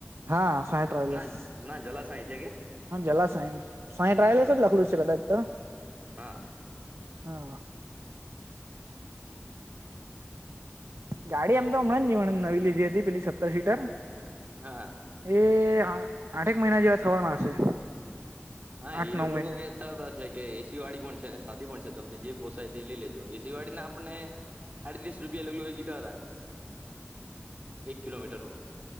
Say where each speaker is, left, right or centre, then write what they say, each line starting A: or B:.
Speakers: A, on the right; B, on the right.
A: હા સાોયા ટ્રાવેલસ
B: ના ના જલા સાય છે કે
A: હા જલા સાઈ સાઈ ટ્રાવલસ
B: હા
A: જ લખલુ છે કટ તો
B: હા
A: હા ગાડી એમ તો હમણાં નવી લીધી હતી પેલી સત્તર સીટર
B: હા
A: એ આઠક મહિના જેવા થવાના હશે
B: હા
A: આઠ
B: એ
A: નવ
B: લોકો લોકો
A: મહિના
B: કે કે એસી વાળી પણ છે ને સાદી પણ છે તમને જે પોસાય તે લઈ લેજો એસી વાડીને આપને સાડ ત્રીસ રૂપિયા લગલ કીધા હતા એક કિલોમીટર પર